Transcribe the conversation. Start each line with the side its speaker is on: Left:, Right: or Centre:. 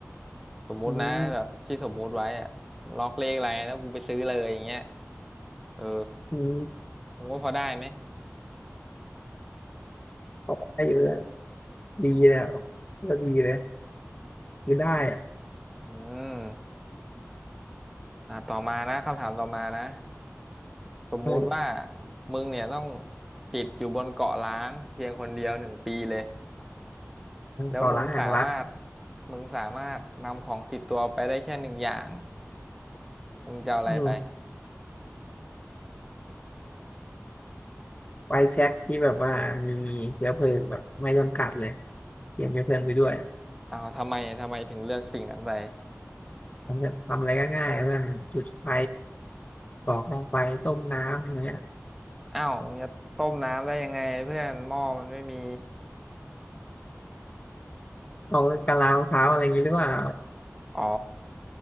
Centre: สมมุตินะแบบที่สมมุติไว้อะล็อกเลขอะไรแล้วกูไปซื้อเลยอย่างเงี้ย
Left: อืม
Centre: เออ
Left: อืม
Centre: มึงว่าพอได้ไหม
Left: เขาไปอยู่เพื่อนดีเลยอะก็ดีเลยคือได้อ่ะ
Centre: อืม อ่าต่อมานะคำถามต่อมานะสมมุติว่า
Left: เออ
Centre: มึงเนี่ยต้องติดอยู่บนเกาะล้างเพียงคนเดียวหนึ่งปีเลยแล้วมึงสามารถ
Left: ต่อรังห่างรัก
Centre: มึงสามารถนำของติดตัวไปได้แค่หนึ่งอย่างมึงจะเอาอะไรไป
Left: อืมไฟแช็คที่แบบว่ามีเชื้อเพลิงแบบไม่จำกัดเลยเตรียมเชื้อเพลิงไปด้วย
Centre: อ้าวทำไมทำไมถึงเลือกสิ่งนั้นไป
Left: ทำทำอะไรก็ง่ายเพื่อนจุดไฟกรอกกองไฟต้มน้ำอย่างเงี้ย
Centre: อ้าวมึงจะต้มน้ำได้ยังไงเพื่อนหม้อมันไม่มี
Left: เอากะลามะพร้าวอะไรอย่างนี้หรือเปล่า
Centre: อ๋อ